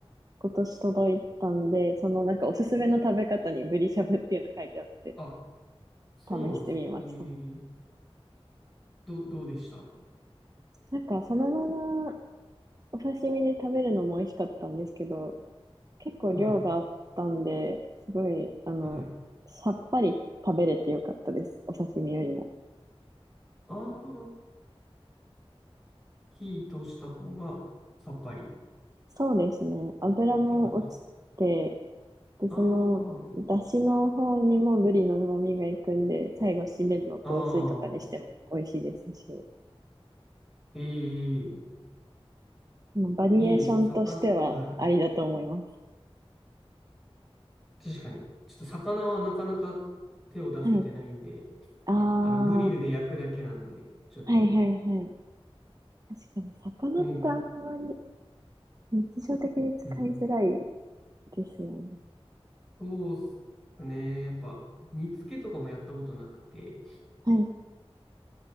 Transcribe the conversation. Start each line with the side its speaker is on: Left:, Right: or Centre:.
Right: 今年届いたんで、そのなんかおすすめの食べ方にブリしゃぶっていうの書いてあって、
Centre: あ、そうなんですね。
Right: 試してみました。
Centre: えー、ど、どうでした
Right: なんかそのままお刺身で食べるのも美味しかったんですけど、結構量があったんで、
Centre: はい。
Right: すごい、あの、
Centre: はい。
Right: さっぱり食べれてよかったです。お刺身よりも。
Centre: ああ、火通した方がさっぱりっ
Right: そうですね。油も落ちて、
Centre: て感じです。
Right: で、
Centre: ああ、
Right: その、だしの方にもブリの旨味がいくんで、最後、締めの雑炊とかにしても美味しいですし、
Centre: ああ、ええ
Right: まあバリエーションとしてはありだと思います。
Centre: いいですね。魚、はい。確かに。ちょっと魚はなかなか手を出せてないんで、
Right: はい。ああ、
Centre: あの、グリルで焼くだけなんで、
Right: は
Centre: ちょっと、
Right: いはいはい。確かに、魚ってあんまり
Centre: こん、
Right: 日常的に使いづらい
Centre: うん。
Right: ですよね。
Centre: そうっすね。やっぱ、煮付けとかもやったことなくて、
Right: はい。